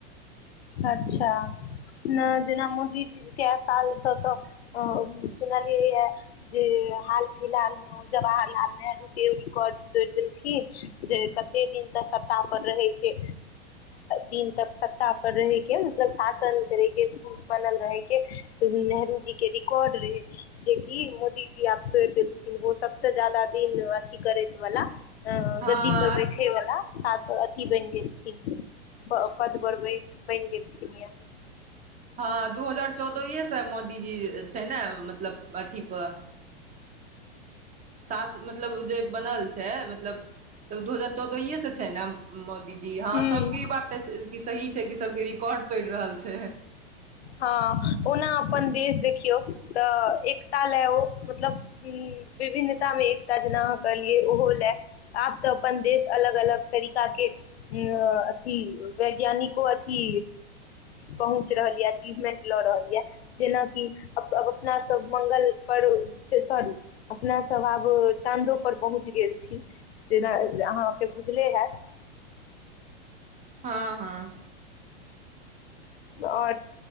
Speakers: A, on the left; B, on the right.
A: अच्छा। नहि जेना मोदीजी के सालसँ तऽ सुनलियै य। जी हाल फिलहाल में। जवाहर लाल नेहरू के रिकॉर्ड तोड़ देलखिन जे कते दिन स सफ्ताह। रहे के दिन तक सफ्ताह। रहैके मतलब शासन करैके बनल रहैके, नेहरू जीके रिकॉर्ड रहै। जेकि मोदीजी आब तोड़ि देलखिन ओ सभस ज्यादा दिन अथी करै वला। अ
B: हँ
A: गद्दी पर बैठे वाला सास अथि बैन गेल खिन पद पर बैस। बनगेलखिनय।
B: हँ दू हजार चौदहिये सँ मोदीजी छै ने मतलब अथी प। सास मतलब जे बनल छथि मतलब त दू हजार चौदहिये सँ छथि ने मोदीजी हँ
A: हूँ
B: सभक ई बात त सही छै कि सभक रिकॉर्ड तोड़ि रहल छय।
A: हँ ओना अपन देश देखियौ त एकता लए ओ मतलब। हम्म, विभिन्नता में एकता जेना अहां कहलिय ओहो ले। अब ता अपन देश अलग-अलग तरीका के। अ अथि वैज्ञानिको अथि। पहुँच रहल या अचीवमेंट लऽ रहल यऽ। जेना कि अपना सब मंगल पर जे सॉरी अपना सब अब चाँदो पर पहुँचि गेल छी। जेना अहाँके बुझले हैत।
B: हँ- हँ।
A: ओर